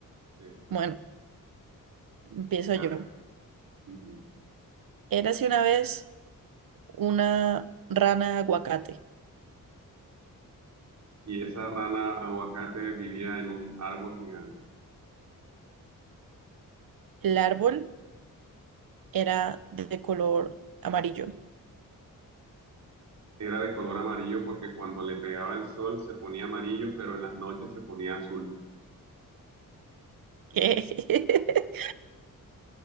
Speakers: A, on the right; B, on the right.
A: Sí, eh,
B: Bueno, empiezo
A: dale.
B: yo.
A: Ujú.
B: Érase una vez una rana aguacate.
A: Y esa rana aguacate vivía en un árbol gigante.
B: El árbol era de color amarillo.
A: Era de color amarillo porque cuando le pegaba el sol se ponía amarillo, pero en las noches se ponía azul.
B: <laughs>